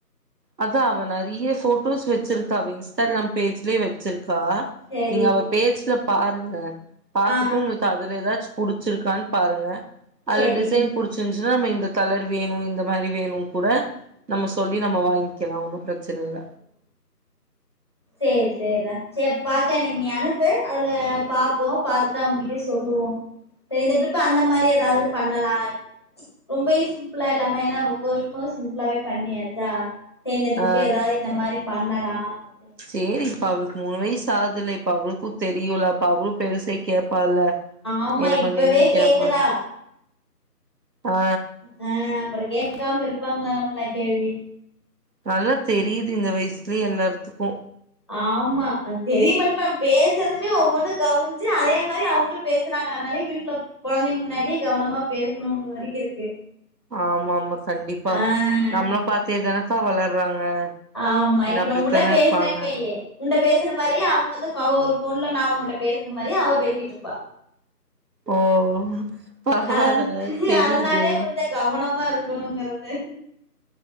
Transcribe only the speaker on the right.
அதா அவ நெறைய ஃபோட்டோஸ் வெச்சிருக்கா அவ இன்ஸ்டாகிராம் பேஜ்லயே வெச்சிருக்கா
நீங்க அவ பேஜ்ல பாருங்க பாத்துட்டு
உங்களுக்கு அதுல எதாச்சு புடிச்சிருக்கான்னு பாருங்க அதுல
டிசைன் புடிச்சிருஞ்ச்சுனா நம்ம இந்த கலர் வேணு இந்த மாரி வேணுனு கூட நம்ம சொல்லி நம்ம வாங் கிக்கலா ஒன்னும் பிரச்சன இல்ல
ஆ
சேரி இப்ப அவளுக்கு மூணு வயசு ஆகுதுல இப்ப அவளுக்கு தெரியுல அப்ப அவளு பெருசே கேப்பால்ல
என்ன
பண்ணீங்கன்னு கேப்பால்ல
ஆ
நல்லா தெரியுது இந்த வயசுலயே எல்லார்த்துக்கு
ஆமா ஆமா கண்டிப்பா
நம்மள பாத்தே தானேக்கா வளர்றாங்க
என்ன
அப்டித்தான
இருப்பாங்க
ஓ பரவால்ல
தெரியுது